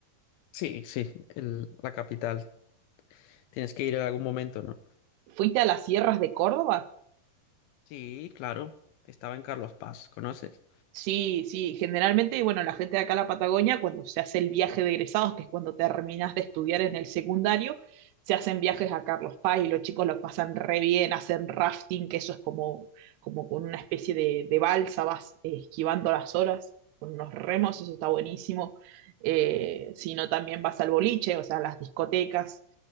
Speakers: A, on the left; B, on the right.
A: Sí, sí, el- la capital. Tienes que ir en algún momento, ¿no?
B: ¿Fuiste a las sierras de Córdoba?
A: Sí, claro. Estaba en Carlos Paz, ¿conoces?
B: Sí, sí, generalmente, bueno, la gente de acá a la Patagonia, cuando se hace el viaje de egresados, que es cuando terminas de estudiar en el secundario, se hacen viajes a Carlos Paz y los chicos lo pasan re bien, hacen rafting, que eso es como, como con una especie de, de balsa, vas eh, esquivando las olas con unos remos, eso está buenísimo. Eh, si no, también vas al boliche, o sea, a las discotecas,